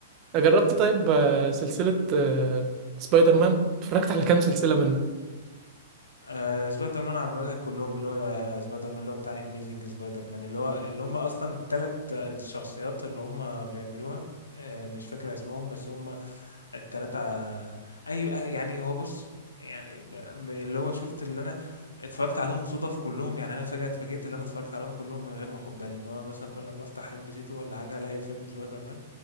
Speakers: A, on the right (about 35°); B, on the left (about 80°).
A: آه، جربت طيب آه، سلسلة آه، سبايدر مان اتفرجت على كام سلسلة منه
B: آه سبايدر مان عامة كلهم اللي هو آه، سبايدر مان اللي هو بتاع اميزنج سبايدر مان اللي هو اللي هم اصلا التلات آه، شخصيات اللي هم بيعملوها آه مش فاكر اسمهم بس هم التلاتة آه، اي أي- يعني هو بص يعني م- اللي هو شفت اللي انا اتفرجت عليهم صدف كلهم يعني انا فجأة اتفاجئت اللي انا اتفرجت عليهم كلهم من غير ما اخد بالي اللي هو مثلا كل ما افتح ام بي سي 2 ولا حاجة الاقي فيلم سبايدر مان